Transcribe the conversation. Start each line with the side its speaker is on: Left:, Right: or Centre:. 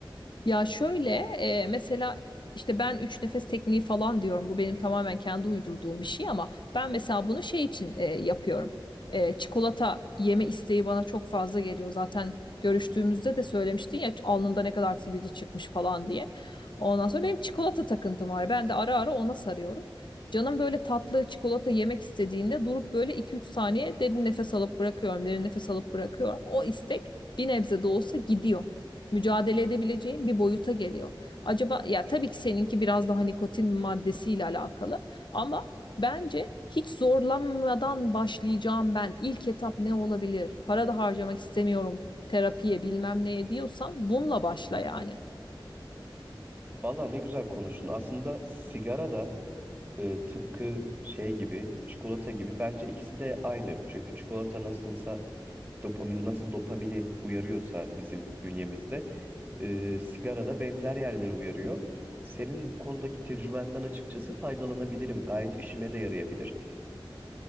Left: Ya şöyle e, mesela işte ben üç nefes tekniği falan diyorum. Bu benim tamamen kendi uydurduğum bir şey ama ben mesela bunu şey için e, yapıyorum. E, çikolata yeme isteği bana çok fazla geliyor. Zaten görüştüğümüzde de söylemiştin ya alnında ne kadar sivilce çıkmış falan diye. Ondan sonra benim çikolata takıntım var. Ben de ara ara ona sarıyorum. Canım böyle tatlı çikolata yemek istediğinde durup böyle iki üç saniye derin nefes alıp bırakıyorum, derin nefes alıp bırakıyorum. O istek bir nebze de olsa gidiyor mücadele edebileceğin bir boyuta geliyor. Acaba ya tabii ki seninki biraz daha nikotin maddesiyle alakalı ama bence hiç zorlanmadan başlayacağım ben. İlk etap ne olabilir? Para da harcamak istemiyorum terapiye bilmem neye diyorsan bununla başla yani.
Right: Valla ne güzel konuştun. Aslında sigara da e, tıpkı şey gibi, çikolata gibi bence ikisi de aynı. Çünkü çikolata nasılsa dopamin nasıl dopamini uyarıyorsa bizim bünyemizde e, sigara da benzer yerleri uyarıyor. Senin bu konudaki tecrübenden açıkçası faydalanabilirim. Gayet işime de yarayabilir.